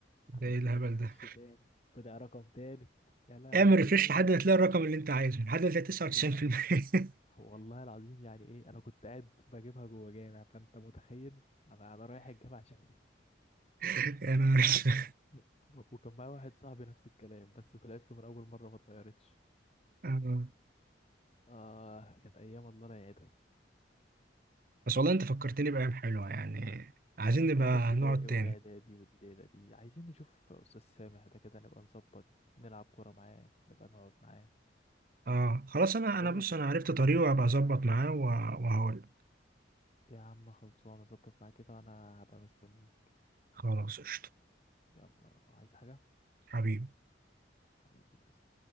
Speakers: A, on the right; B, on the left.
A: ده
B: عملت
A: ايه الهبل
B: له ريفرش
A: ده
B: تاني طلع رقم تالت يا لهوي
A: اعمل ريفريش لحد ما تلاقي الرقم اللي انت عايزه لحد ما تلاقي 99%
B: وال- والله العظيم يعني ايه انا كنت قاعد بجيبها جوه جامع فانت متخيل انا انا رايح الجامع عشان
A: <laughs> يا نهار اسود
B: <laughs> وكان معايا واحد صاحبي نفس الكلام بس طلعت له من اول مره ما اتغيرتش
A: آه.
B: آه كانت أيام الله لا يعيدها
A: بس والله انت فكرتني بأيام حلوة يعني عايزين نبقى
B: أيام ابتدائي
A: نقعد تاني
B: وإعدادي والليلة دي عايزين نشوف أستاذ سامح ده كده نبقى نظبط نلعب كورة معاه نبقى نقعد معاه
A: اه خلاص انا
B: بقول
A: انا بص
B: لك
A: انا
B: إيه،
A: عرفت طريقه وهبقى اظبط معاه و- وهقول
B: يا عم خلصانة أظبط معاه كده وأنا هبقى مستنيه
A: خلاص قشطة
B: يلا عايز حاجة
A: حبيبي
B: حبيبي تسلم